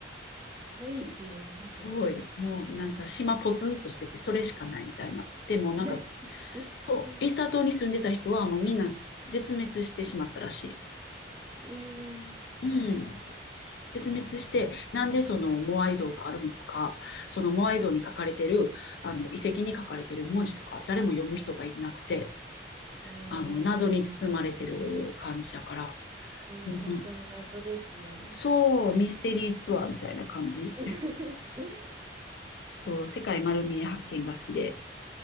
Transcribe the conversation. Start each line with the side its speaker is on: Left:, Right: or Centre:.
Right: 遠いですね、
Left: <laughs>
Right: めちゃくちゃ。
Left: 遠い。もうなんか島ポツンとしてて、それしかないみたいな。でもなんか、
Right: <laughs> う
Left: そう、
Right: ん
Left: イースター島に住んでた人はもうみんな絶滅してしまったらし
Right: ええそうなんです。
Left: い。うん。絶滅して、なんでそのモアイ像があるのとか、そのモアイ像に書かれてる、あの、遺跡に書かれてる文字とか、誰も読む人がいなくて、
Right: ええ
Left: あの、謎に包まれてる感じだから、
Right: で、
Left: うん、
Right: 本当に謎ですね。
Left: そう、ミステリーツアーみたいな感じ。
Right: <laughs>
Left: そう、世界丸見え発見が好きで、